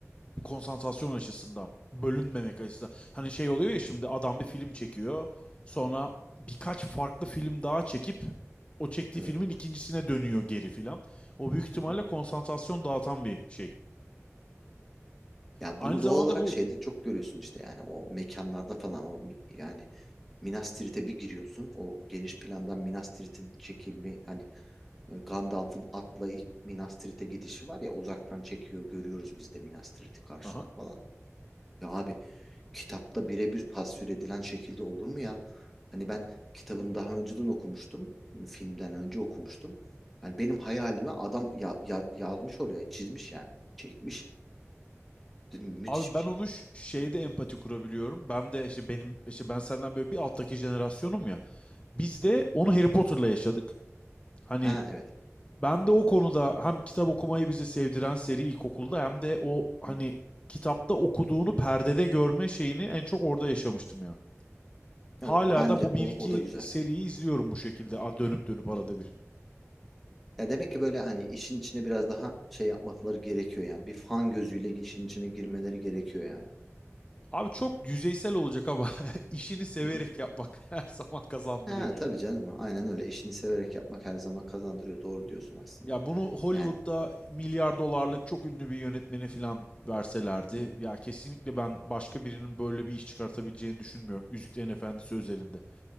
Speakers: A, on the left; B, in the centre.
A: bu konsantrasyon açısından, bölünmemek açısından. Hani şey oluyor ya
B: Hı
A: şimdi
B: hı.
A: adam bir film çekiyor. Sonra birkaç farklı film daha çekip o çektiği
B: Evet.
A: filmin ikincisine dönüyor geri filan. O büyük ihtimalle
B: Hı hı.
A: konsantrasyon dağıtan bir şey.
B: Yani
A: Aynı
B: bunu
A: zamanda
B: doğal olarak
A: bu
B: şeyde çok görüyorsun işte yani o mekanlarda falan o mi- yani Minas Tirith'e bir giriyorsun o geniş plandan Minas Tirith'in çekimi hani e, Gandalf'ın atla ilk Minas Tirith'e gidişi var ya uzaktan çekiyor görüyoruz biz de Minas Tirith'i karşıdan
A: Aha.
B: falan. Ya abi kitapta birebir tasvir edilen şekilde olur mu ya? Hani ben kitabını daha önceden okumuştum. Filmden önce okumuştum. Yani benim hayalime adam ya, ya- yazmış oraya çizmiş yani. Çekmiş. Dedim müthiş
A: Abi
B: bir
A: ben
B: şey.
A: onu şeyde empati kurabiliyorum. Ben de işte benim işte ben senden böyle bir alttaki jenerasyonum ya. Biz de onu Harry Potter'la yaşadık. Hani
B: Ha evet.
A: ben de o konuda hem kitap okumayı bizi sevdiren seri ilkokulda hem de o hani
B: Hı.
A: kitapta okuduğunu perdede görme şeyini en çok orada yaşamıştım ya. Hala
B: Ya bence
A: da bu
B: o,
A: bir iki
B: o da güzel.
A: seriyi izliyorum bu şekilde a- dönüp dönüp
B: Hı
A: arada
B: hı.
A: bir.
B: Ya demek ki böyle hani işin içine biraz daha şey yapmaları gerekiyor yani. Bir fan gözüyle işin içine girmeleri gerekiyor yani.
A: Abi çok yüzeysel olacak ama <laughs> işini severek
B: Hı hı.
A: yapmak <laughs> her zaman kazandırıyor
B: Ha,
A: ya.
B: tabii canım. Aynen öyle. İşini severek yapmak her zaman kazandırıyor. Doğru diyorsun aslında.
A: Ya bunu Hollywood'da
B: Yani.
A: milyar dolarlık çok ünlü bir yönetmene falan verselerdi
B: hı.
A: ya kesinlikle ben başka birinin böyle bir iş çıkartabileceğini düşünmüyorum. Yüzüklerin Efendisi özelinde